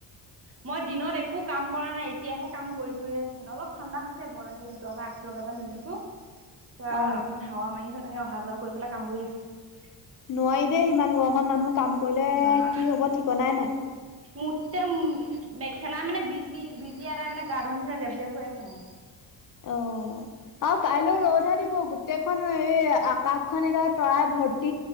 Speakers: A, on the right; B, on the left.
A: মই দিনত একো কাম কৰা নাই এতিয়াহে কাম কৰিছো হে অলপ ঠাণ্ডা হৈছে <unintelligible> <unintelligible> পুৰা অকমান
B: অ
A: হাৱা মাৰিছে তেনেকে অহা যোৱা কৰি পেলাই কাম কৰি আছো
B: নোৱাৰি দেই ইমান গৰমত মানুহ কাম কৰিলে
A: বাহ
B: কি হ'ব ঠিকনাই নাই।
A: মোতকে মেখেলা মানে বিজি -বিজি এটাই মানে <unintelligible> জেপ জেপ হৈ আছে মোৰ।
B: অ', আৰু কাইলৈও ৰদহে দিব গোটেইখন এই আ আকাশখন একেবাৰে তৰাই ভৰ